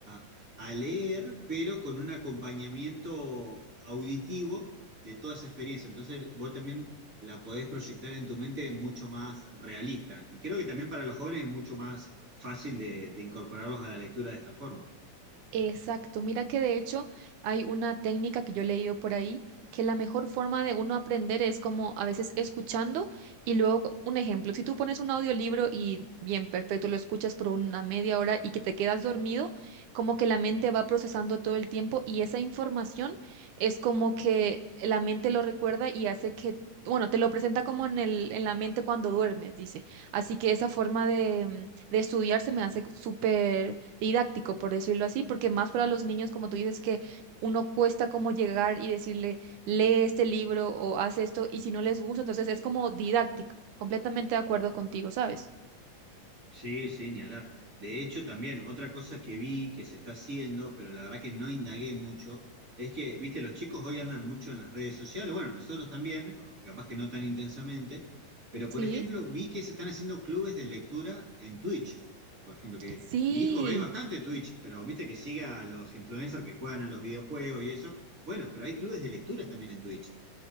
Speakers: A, on the right; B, on the right.
A: a, a leer, pero con un acompañamiento auditivo de toda esa experiencia. Entonces vos también la podés proyectar en tu mente mucho más realista. Y creo que también para los jóvenes es mucho más fácil de, de incorporarlos a la lectura de esta forma.
B: Exacto, mira que de hecho hay una técnica que yo he leído por ahí, que la mejor forma de uno aprender es como a veces escuchando y luego co- un ejemplo, si tú pones un audiolibro y bien, perfecto, lo escuchas por una media hora y que te quedas dormido, como que la mente va procesando todo el tiempo y esa información es como que la mente lo recuerda y hace que, bueno, te lo presenta como en el, en la mente cuando duermes, dice. Así que esa forma de, mm, de estudiar se me hace súper didáctico, por decirlo así, porque más para los niños, como tú dices, que uno cuesta como llegar y decirle, lee este libro o haz esto, y si no les gusta, entonces es como didáctico, completamente de acuerdo contigo, ¿sabes?
A: Sí, sí, ni hablar. De hecho, también otra cosa que vi que se está haciendo, pero la verdad que no indagué mucho, es que, viste, los chicos hoy andan mucho en las redes sociales, bueno, nosotros también, aunque capaz que no tan intensamente, pero
B: Sí,
A: por ejemplo, vi que se están haciendo clubes de lectura en Twitch. Por ejemplo, que
B: sí.
A: mi hijo ve bastante Twitch, pero viste que sigue a los influencers que juegan a los videojuegos y eso. Bueno, pero hay clubes de lectura también en Twitch.